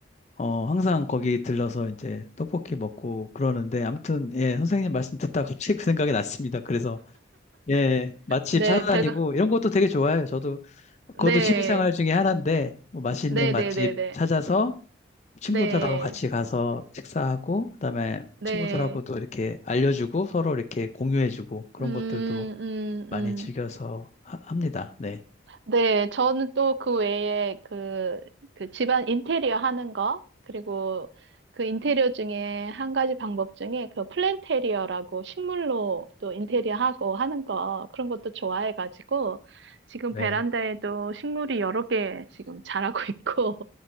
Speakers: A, on the left; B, on the right.
A: 어 항상 거기 들러서 이제 떡볶이 먹고 그러는데 아무튼 예, 선생님 말씀 듣다 갑자기 그 생각이 났습니다. 그래서 예, 맛집
B: 네,
A: 찾아다니고
B: 배가,
A: 이런 것도 되게 좋아해요. 저도 그것도
B: 네,
A: 취미생활 중에 하나인데 뭐 맛있는
B: 네,
A: 맛집
B: 네, 네, 네,
A: 찾아서 친구들하고
B: 네,
A: 같이 가서 식사하고 그다음에
B: 네,
A: 친구들하고도 이렇게 알려주고 서로 이렇게 공유해주고 그런
B: 음, 음,
A: 것들도 많이
B: 음.
A: 즐겨서 하- 합니다. 네.
B: 네, 저는 또 그 외에 그, 그 집안 인테리어 하는 거, 그리고 그 인테리어 중에 한 가지 방법 중에 그 플랜테리어라고 식물로 또 인테리어 하고 하는 거, 그런 것도 좋아해가지고 지금
A: 네.
B: 베란다에도 식물이 여러 개 지금 자라고 <laughs> 있고,